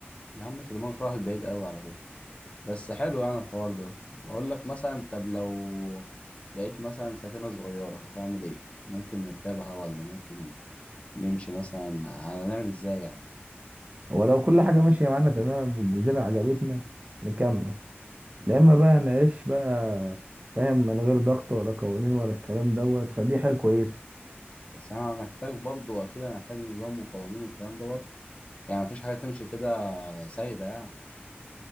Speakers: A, on the left; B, on the right.
A: يا عم انت دماغك راحت بعيد قوي على فكره بس حلو يعني الحوار ده بقول لك مثلا طب لو لقيت مثلا سفينه صغيره هتعمل ايه ممكن نركبها ولا ممكن نمشي مثلا هنعمل ازاي يعني
B: ولو كل حاجة ماشية معانا تمام والجزيرة عجبتنا نكمل لا إما بقى نعيش بقى فاهم من غير ضغط ولا قوانين ولا الكلام دوت فدي حاجة كويسة
A: بس انا محتاج برضو اكيد هنحتاج نظام وقوانين والكلام ده برضو يعني مفيش حاجه تمشي كده سايبه يعني